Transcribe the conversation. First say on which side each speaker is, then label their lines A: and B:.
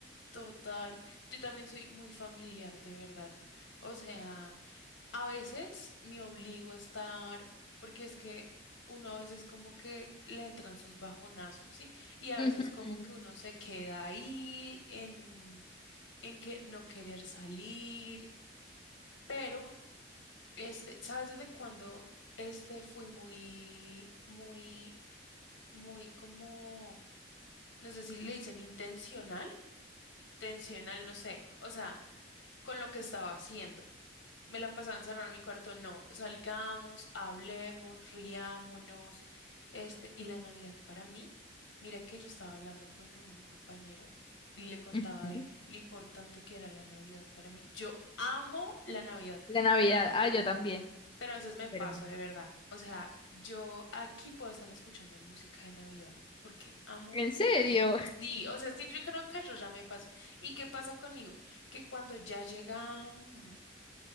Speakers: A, on the left; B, on the left.
A: Total. Yo también soy muy familiar, de verdad. O sea, a veces me obligo a estar, porque es que uno a veces como que le entran sus bajonazos, ¿sí? Y a
B: Ujú,
A: veces como que uno se queda ahí en en que no querer salir, pero este, ¿sabes desde cuándo este fui muy, muy, muy como, no sé si le dicen intencional, tensional, no sé, o sea, con lo que estaba haciendo. Me la pasaba encerrada en mi cuarto, no, salgamos, hablemos, riámonos, este, y la Navidad para mí, mira que yo estaba hablando con un compañero y le contaba
B: ujú.
A: de lo importante que era la Navidad para mí. Yo amo la Navidad,
B: La Navidad,
A: pero,
B: ah, yo también,
A: pero a veces me
B: pero
A: paso
B: ma-
A: de verdad. O sea, yo aquí puedo estar escuchando música de Navidad porque amo
B: ¿En serio?
A: la Navidad. Sí, o sea, es que yo creo que yo ya me paso. ¿Y qué pasa conmigo? Que cuando ya llega... mm,